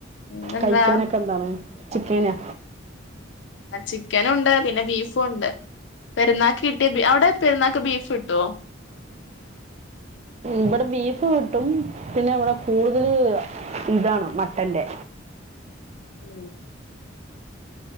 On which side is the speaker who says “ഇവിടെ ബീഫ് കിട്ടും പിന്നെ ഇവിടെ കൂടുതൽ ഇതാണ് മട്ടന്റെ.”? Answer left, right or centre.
Right